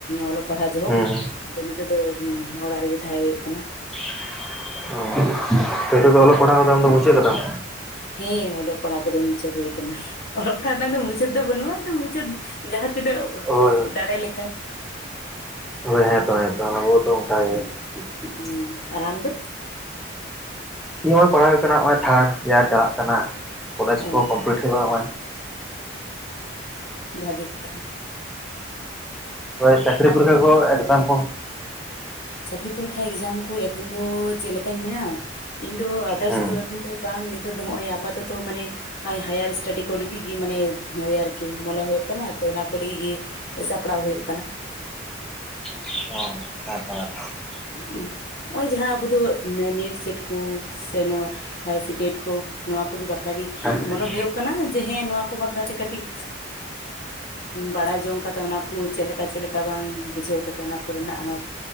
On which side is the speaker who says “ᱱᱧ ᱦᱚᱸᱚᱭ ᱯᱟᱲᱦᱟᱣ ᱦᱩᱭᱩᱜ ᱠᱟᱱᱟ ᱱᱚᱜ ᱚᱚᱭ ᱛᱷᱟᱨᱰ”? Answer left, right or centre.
Centre